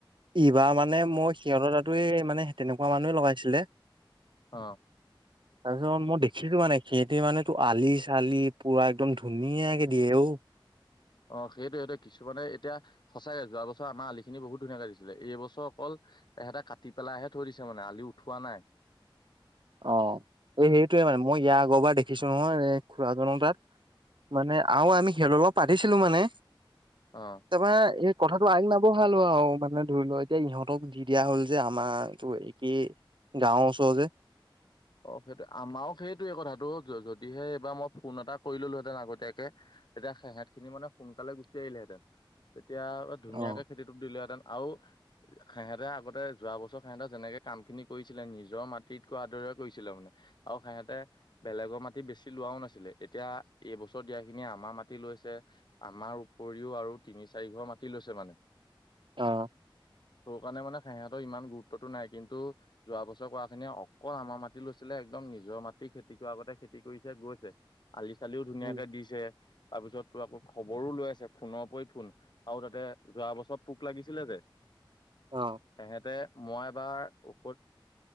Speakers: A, on the right; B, on the left.
A: ইবাৰ মানে মই সিহঁতৰ তাতো মানে তেনেকুৱা মানে লগাইছিলে।
B: অ
A: তাৰপিছত মই দেখিছো মানে সিহঁতে মানে তোৰ আলি-চালি পুৰা একদম ধুনীয়াকে <unintelligible>
B: অ', সেইটোৱেটো, কিছুমানে এতিয়া সঁচাকে যোৱা বছৰ আমাৰ আলিখিনি বহুত ধুনীয়া গজিছিলে, এই বছৰ অকল এহেতে কাটি পেলাইহে থৈ দিছে মানে আলি উঠোৱা নাই।
A: <inaudible> অ', এই সেইটোৱে মানে মই ইয়াৰ আগৰবাৰ দেখিছো নহয় এ খুৰাজনৰ তাত। মানে আৰু আমি খেল অলপ পাতিছিলো মানে
B: অ
A: তাৰপৰা কথাটো আগ নবঢ়ালো আৰু মানে ধৰি লও এতিয়া ইহঁতক দি দিয়া হ'ল যে আমাৰ এইটো এই কি গাঁৱৰ ওচৰৰ যে
B: অ', সেইটো আমাৰো সেইটোয়ে কথাটো, যদিহে এইবাৰ মই ফোন এটা কৰি ললোহেতেন আগতীয়াকে। তেতিয়া সেহঁতখিনি মানে সোনকালে গুচি আহিলেহেঁতেন, তেতিয়া ধুনীয়াকে
A: অ
B: খেতিটো দিলেহেঁতেন। আৰু সিহেঁতে আগতে, যোৱা বছৰ সিহঁতে যেনেকে কাম খিনি কৰিছিলে নিজৰ মাটিত কৰাৰ দৰে কৰিছিলে মানে আৰু সিহেঁতে বেলেগৰ মাটি বেছি লোৱাও নাছিলে এতিয়া এইবছৰ দিয়া খিনি আ আমাৰ মাটি লৈছে, আমাৰ উপৰিও আৰু তিনি চাৰি ঘৰ মাটি লৈছে মানে।
A: অ'।
B: সেইকাৰণে মানে সিহঁতৰ ইমান গুৰুত্বতটো নাই, কিন্তু যোৱা বছৰ কৰা খিনি অকল আমাৰ মাট লৈছিলে একদম নিজৰ মাটি খেতি কৰাৰ আগতে খেতি কৰিছে, গৈছে। আলি-চালিও ধুনীয়াকে
A: উম
B: দিছে। তাৰপিছত তোৰ আকৌ খবৰো লৈ আছে ফোনৰ ওপৰত ফোন আৰু তাতে যোৱা বছৰত পোক লাগিছিলে যে
A: অ
B: তেহেঁতে মই এবাৰ ঔষধ,